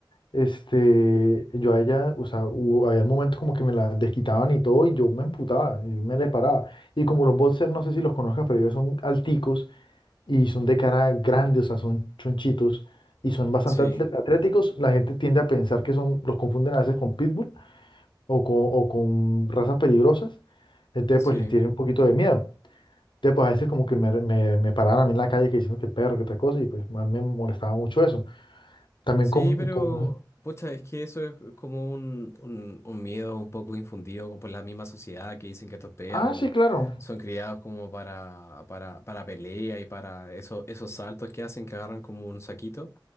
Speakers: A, on the left; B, on the left.
A: este, yo a ella, o sea, hubo, había momentos como que me la desquitaban y todo, y yo me emputaba, y me le paraba, y como los boxers, no sé si los conozcas, pero ellos son alticos, y son de cara grande, o sea, son chonchitos y son bastante
B: Sí,
A: atle- atléticos. La gente tiende a pensar que son, los confunden a veces con pitbull o con, o con razas peligrosas. Entonces,
B: sí.
A: pues les tiene un poquito de miedo. Entonces, pues a veces como que me, me, me paraban a mí en la calle que diciendo que perro, que tal cosa, y pues a mí me molestaba mucho eso. También
B: Sí,
A: con,
B: pero
A: con...
B: pucha, es que eso es como un, un, un miedo un poco infundido por la misma sociedad que dicen que estos perros
A: Ah, sí, claro.
B: son criados como para, para, para pelea y para eso, esos saltos que hacen que agarran como un saquito.